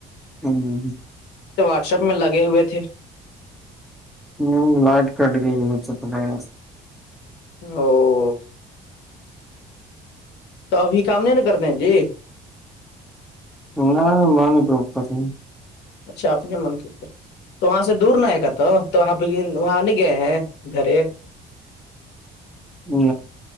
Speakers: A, in the centre; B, on the left (about 80°).
A: ہوں
B: واٹسپ میں لگے ہوئے تھے
A: ہوں لائٹ کٹ بھی نہیں ہو س
B: او تو ابھی کام نہیں نا کرتے ہیں جی
A: نہ م نہیں کو اپر نہیں
B: اچھا اپنے من کے اوپر تو وہاں سے دور نہ ہے گ تو تو آ وہاں نہیں گئے ہیں گھر <inaudible>
A: ہ <inaudible>